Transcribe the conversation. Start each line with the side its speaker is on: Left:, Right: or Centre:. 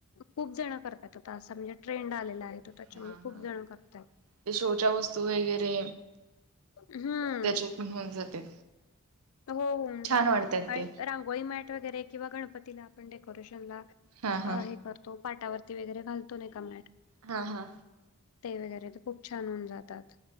Left: खूप जण करतायत आता असं म्हणजे ट्रेंड आलेला आहे त त्याच्यामुळे
Right: हा हा
Left: खूप जण करताय.
Right: ते शोच्या वस्तू वगैरे
Left: हम्म
Right: त्याच्यातण होऊन जाते.
Left: हो होऊन
Right: छान
Left: जातय
Right: वाटतात
Left: आणि
Right: ते
Left: रांगोळी मॅट वगैरे किंवा गणपतीला आपण डेकोरेशनला.
Right: हा
Left: अ
Right: हा
Left: हे करतो पाटावरती वगैरे घालतो नाही का मॅट.
Right: हा हा.
Left: ते वगैरे ते खूप छान होऊन जातात.